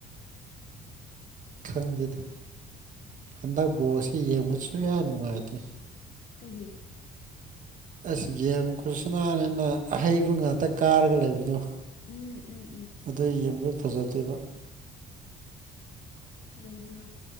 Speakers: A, on the right; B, on the left.
A: ꯈꯪꯗꯦꯗ ꯍꯟꯗꯛ ꯕꯣꯔ ꯑꯁꯤ ꯌꯦꯡꯕꯗꯁꯨ ꯌꯥꯝ ꯅꯨꯡꯉꯥꯏꯇꯦ
B: ꯀꯩꯒꯤ
A: ꯑꯁ ꯒꯦꯝ ꯈꯨꯁꯤꯅꯥꯅꯤꯅ ꯑꯍꯩꯕ ꯉꯥꯛꯇ ꯍꯦꯛꯇ ꯀꯥꯔꯒ ꯂꯩꯕꯗꯣ
B: ꯎꯝ ꯎꯝ
A: ꯑꯗꯨ ꯌꯦꯡꯕꯗ ꯐꯖꯗꯦꯕ
B: ꯈꯩꯗꯅ